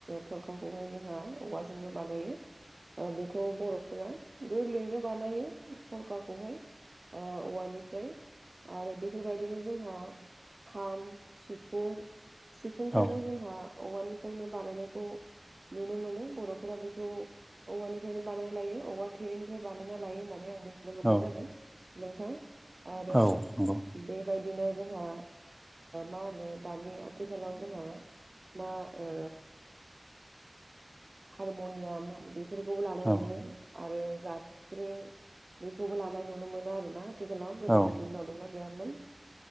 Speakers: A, on the right; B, in the centre.
A: थरखाखौहाय जोंहा औवाजोंनो बानायो बेखौ बर'फोरा गोरलैयैनो बानायो थरखाखौहाय ओ औवानिफ्राय आरो बेफोरबायदिनो जोंहा खाम सिफुं सिफुंखौबो
B: औ
A: जों जोंहा औवानिफ्रायनो बानायनाय खौ नुनो मोनो बर'फोरा बेखौ औवानिफ्रायनो बानाय लायो औवा थेरनि बानायनानै लायो होननानै आं मिथिनो मोननाय
B: औ
A: जादों नोंथां आरो
B: औ नंगौ
A: बे बेबायदिनो जोंहा मा होनो दानि आथिखालाव जोंहा मा ओ हारम'नियाम बेफोरखौबो लानाय
B: औ
A: नुयो आरो जाफस्रिं बेखौबो लानाय नुनो मोनो आरोना आथिखालाव
B: औ
A: गोदोनि दिनाव दंना गैयामोन